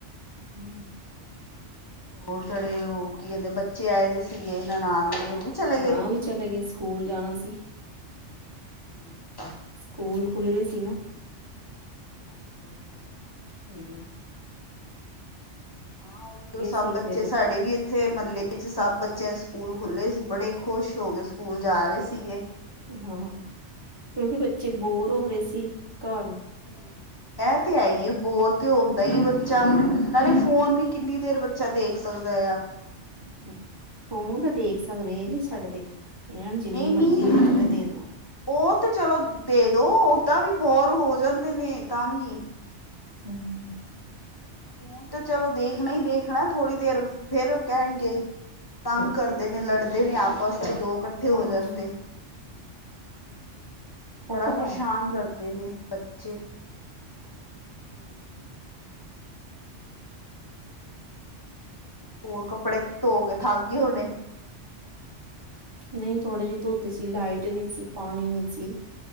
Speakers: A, on the right; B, on the left.
A: ਹੂੰ
B: ਹੋਰ, ਤਵਾੜੇ, ਉਹ ਕੀ ਕਹਿੰਦੇ ਬੱਚੇ ਆਏ ਦੇ ਸੀਗੇ, ਨਨਾਣ ਦੇ ਉਹ ਵੀ ਚਲੇ
A: ਹਾਂ,
B: ਗਏ।
A: ਉਹ ਵੀ ਚਲੇ ਗਏ, ਸਕੂਲ ਜਾਣਾ ਸੀ।
B: ਠੀਕ ਆ
A: ਸਕੂਲ ਖੁੱਲ ਗਏ ਸੀ ਨਾ।
B: ਅੱਛਾ- ਅੱਛਾ।
A: ਹੂੰ, ਹੂੰ
B: ਹਾਂ, ਉਹੀਓ ਸਭ
A: ਸੀ
B: ਬੱਚੇ
A: ਫੇਰ
B: ਸਾਡੇ ਵੀ ਇੱਥੇ ਮਹੱਲੇ 'ਚ ਸਭ ਬੱਚਿਆਂ ਦੇ ਸਕੂਲ ਖੁੱਲੇ ਸੀ, ਬੜੇ ਈ ਖੁਸ਼ ਹੋਕੇ ਸਕੂਲ ਜਾ ਰਹੇ ਸੀਗੇ।
A: ਹਾਂ, ਹਾਂ, ਕਿਉਂਕਿ ਬੱਚੇ ਬੋਰ ਹੋ ਰਹੇ ਸੀ, ਘਰ
B: ਹੂੰ, ਐ, ਤੇ, ਹੈਹੀ, ਏ ਬੋਰ ਤੇ ਹੋਂਦਾ ਈ ਏ ਬੱਚਾ, ਨਾਲੇ ਫੋਨ ਵੀ ਕਿੰਨੀ ਦੇਰ ਬੱਚਾ ਦੇਖ ਸਕਦਾ ਯਾ।
A: ਹੂੰ, ਫੋਨ ਤਾਂ ਦੇਖ ਸਕਦੇ ਇਹ ਨੀ ਛੱਡਦੇ, ਇਹਨਾਂ ਨੂੰ ਜਿੰਨੀ
B: ਨਹੀਂ
A: ਮਰਜ਼ੀ
B: ਨਹੀਂ
A: ਦੇ ਤੱਕ ਦੇ-ਦੋ।
B: ਉਹ ਤੇ ਚਲੋ, ਦੇਦੋ। ਓਦਾਂ ਵੀ ਬੋਰ ਹੋ ਜਾਂਦੇ ਨੇ, ਤਾਂ, ਵੀ
A: ਹੂੰ।
B: ਫੁਨ ਤੇ ਚਲੋ, ਦੇਖਣਾ ਹੀ ਦੇਖਣਾ, ਥੋੜ੍ਹੀ ਦੇਰ ਫਿਰ, ਕਹਿਣਗੇ ਤੰਗ ਕਰਦੇ ਨੇ ਲੜਦੇ ਨੇ, ਆਪਸ'ਚ ਦੋ ਇਕੱਠੇ ਹੋ
A: ਹਾਂ।
B: ਜਾਣ, ਤੇ
A: ਉਹ
B: ਬੜਾ
A: ਤੇ
B: ਪਰੇਸ਼ਾਨ
A: ਹੈ।
B: ਕਰਦੇ ਨੇ, ਬੱਚੇ। ਹਮ <inaudible> ਹੋਰ ਕੱਪੜੇ ਧੋ ਕੇ ਥਕ ਗਏ ਹੋਣੇ
A: ਨਹੀਂ ਥੋੜੇ ਜਿਹੇ ਧੋਤੇ ਸੀ ਲਾਈਟ ਨਹੀਂ ਸੀ ਪਾਣੀ ਨਹੀ ਸੀ